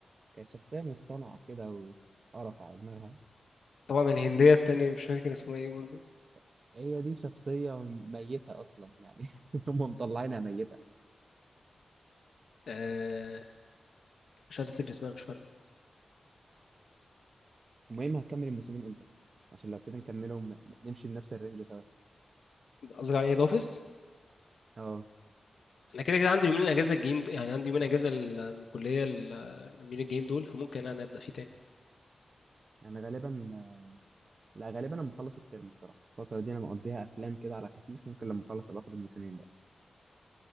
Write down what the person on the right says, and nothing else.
كانت شخصيه مصطنعه كده وقرف على دماغها
<laughs> هي دي شخصيه ميته اصلا يعني <laughs> هم مطلعينها ميته
المهم هكمل الموسمين امتى عشان لو كده نكملهم ن- نمشي بنفس الرينج سوا
اه
انا غالبا لا غالبا انا مخلص الترم الصراحه الفتره دي انا مقضيها افلام كده على خفيف ممكن لما اخلص ابقى اخد الموسمين بقى